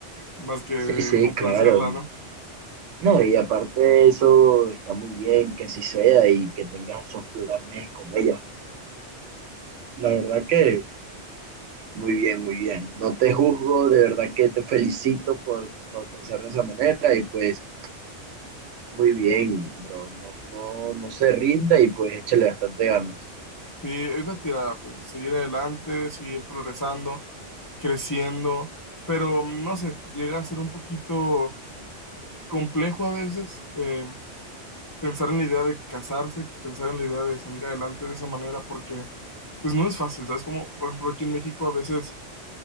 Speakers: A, on the left; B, on the right.
A: Más que
B: Sí, sí,
A: complacerla,
B: claro.
A: ¿no?
B: No, y aparte de eso, está muy bien que así sea y que tengas esos planes con ella. La verdad que muy bien, muy bien. No te juzgo, de verdad que te felicito por, por pensar de esa manera y pues muy bien, bro. No, no, no se rinda y pues échale bastante ganas.
A: Sí, es la tirada, pues, seguir adelante, seguir progresando creciendo, pero no sé, llega a ser un poquito complejo a veces. eh, pensar en la idea de casarse, pensar en la idea de salir adelante de esa manera, porque pues no es fácil, ¿sabes? Como, por ejemplo, aquí en México a veces